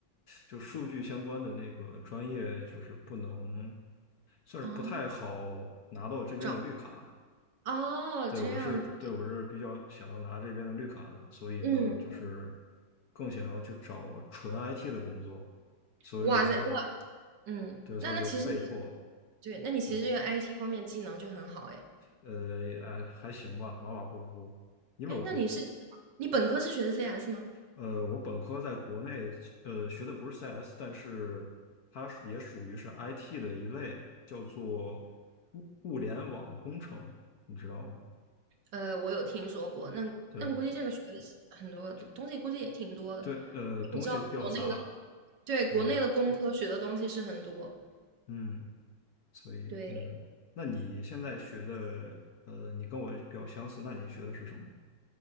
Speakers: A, on the left; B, on the right.
A: 就数据相关的那个专业就是不能。算是不太好拿到这边的绿卡。
B: 哦，找哦，
A: 对，
B: 这样子，
A: 我是，对，我是比较想要拿这边的绿卡的，所以呢，
B: 嗯，
A: 就是更想要去找纯 IT 的工作，所以我就，
B: 哇塞，哇，嗯，
A: 对，
B: 那那其实你
A: 所以就被迫，
B: 对，那你其实这个
A: 对，
B: IT 方面技能就很好哎，
A: 呃，哎，还行吧，马马虎虎。因为我过。
B: 哎，那你是你本科是学的 CS 吗？
A: 呃，我本科在国内，呃，学的不是 CS，但是它是也属于是 IT 的一类，叫做物物联网工程，你知道吗？
B: 呃，我有听说过，那那估计这个学的是很多东西，
A: 对，就就。
B: 估计也挺多的。
A: 对，呃，东西比较杂，
B: 我知道国内的对，国内的工科学的东西是很多。
A: 嗯嗯，所以嗯，
B: 对，
A: 那你现在学的，呃，你跟我比较相似，那你学的是什么？